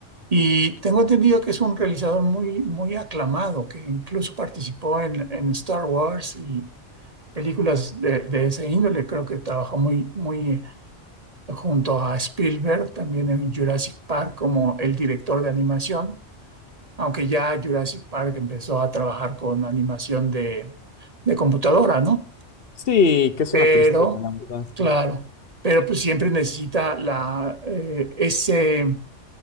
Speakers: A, on the right; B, on the left.
A: Y tengo entendido que es un realizador muy, muy aclamado, que incluso participó en, en Star Wars y películas de, de ese índole. Creo que trabajó muy, muy eh, junto a Spielberg, también en Jurassic Park como el director de animación, aunque ya Jurassic Park empezó a trabajar con animación de, de computadora, ¿no?
B: Sí, que es
A: Pero,
B: una tristeza, la verdad,
A: claro, pero pues siempre necesita la, eh, ese